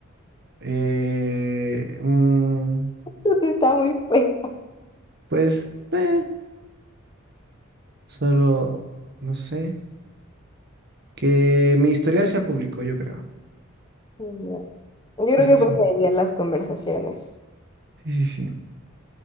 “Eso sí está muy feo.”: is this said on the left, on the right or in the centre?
Left